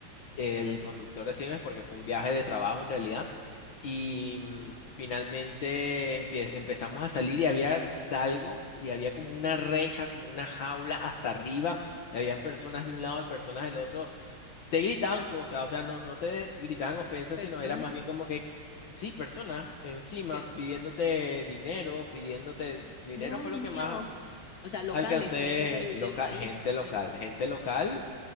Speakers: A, on the left; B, on the left.
A: el conductor de Siemens porque fue un viaje de trabajo en realidad. Y mm, finalmente empie- empezamos a salir y había salgo y había como una reja, como una jaula hasta arriba. Habían personas de un lado y personas del otro. Te gritaban cosas, o sea, no, no te gritaban ofensas,
B: Personas.
A: sino era más bien como que, sí, personas encima
B: que,
A: pidiéndote dinero, pidiéndote dinero
B: Dios
A: fue
B: mío,
A: lo que más
B: o sea, locales,
A: alcancé
B: gente del,
A: local,
B: del país
A: gente local,
B: misma.
A: gente local